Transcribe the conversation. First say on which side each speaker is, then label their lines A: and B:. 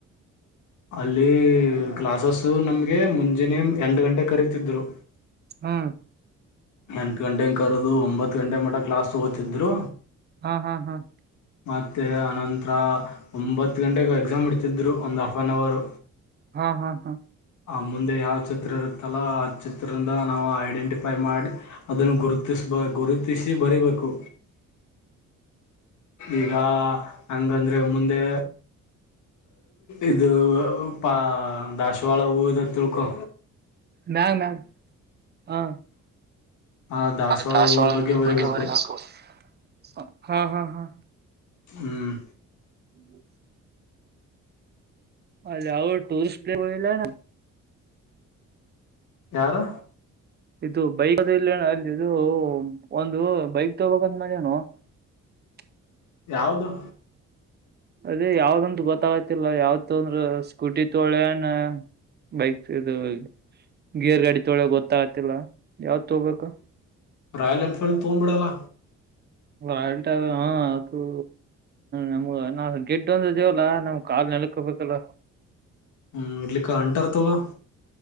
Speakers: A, on the left; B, on the right.
A: ಅಲ್ಲಿ ಕ್ಲಾಸಸ್ ನಮ್ಗೆ ಮುಂಜಿನೆ ಎಂಟು ಗಂಟೆ ಕರೀತಿದ್ರು
B: ಹಾ
A: ಎಂಟು ಗಂಟೆನ ಕರೆದು ಒಂಬತ್ತು ಗಂಟೆ ಮಠ ಕ್ಲಾಸ್ ತಗೋತಿದ್ದ್ರು
B: ಹಾ ಹಾ ಹಾ ಹಾ ಹಾ
A: ಮತ್ತು ಆನಂತರ ಒಂಬತ್ತು ಗಂಟೆೆಗೆ ಎಕ್ಸಾಮ್ ಇಡ್ತಿದ್ರು ಒಂದು ಹಫ್ ಆನ್ ಅವರು
B: ಹಾ ಹಾ ಹಾ
A: ಆ ಮುಂದೆ ಯಾವ್ ಚಿತ್ರ ಇರುತ್ತಲ್ಲ ಆ ಚಿತ್ರದಿಂದ ನಾವು ಐಡೆಂಟಿಫೈ ಉಪಾಯ ಮಾಡಿ ಅದನ್ನು ಗುರುತಿಸ್ಬ ಗುರುತಿಸಿ ಬರಿೀಬೇಕು ಈಗ ಹಂಗಂದ್ರೆ ಮುಂದೆ ಇದು ಪಾ ದಾಾಸವಾಳ ಹೂದ ತಿಳ್ಕೊ
B: ಮ್ಯಾಗ ಮ್ಯಾಗ ಹಾ
A: ಆ
B: ಹ ದಾಸವಾಳ
A: ಹೂದ ಬರಿಬೇಕು
B: ಬಗ್ಗೆ ಮ ಹಾಕುವ ಹ್ಮ್ ಹ್ಮ್ ಹ್ಮ
A: ಹ್ಮ್
B: ಹ್ಮ್ ಅಲ್ಲಿ ಯಾವ ಟುರಸ್ಟ್ ಪ್ ಬಲ್ಲ
A: ಯಾರು
B: ಇದು ಬೈಕ್ ಅಲ್ಲಿ ಇದು ಒಂದು ಬೈಕ್ ತಗಬೇಕಂದ ಮನು <unintelligible>
A: ಯಾವದು
B: ಅದೇ ಯಾವ್ದಂತ ಗೊತ್ತಾಗತಿಲ್ಲ ಯಾವತ್ ಅಂದ್ರ ಸ್ಕೂಟಿ ತೋಳಣ ಬೈಕ್ ಇದು ಗಿಯರ್ ಗಾಡಿ ತೊಳ ಗೊತ್ತಾಗತಿಲ್ಲ ಯಾವತ್ ಹೋಗ್ಬೇಕು
A: ರಾಯಲ್ ಎನ್ಫೀಲ್ಡ್ ತಗೊಂಡ್ಬಿಡಲ್ಲ
B: ಾಯಲ್ಟ ಹ ಅದು ನಮ್ಗ ಗೆಡ್ ಒಂದೇವಲ್ಲಾ ನಮ್ ಕಾಲ ನೆನಕೊಬೇಕಲ್ಲ
A: ಹ್ಮ್ ಇರ್ಲಿಕ್ಕ ಅಂಟಾರತವಾ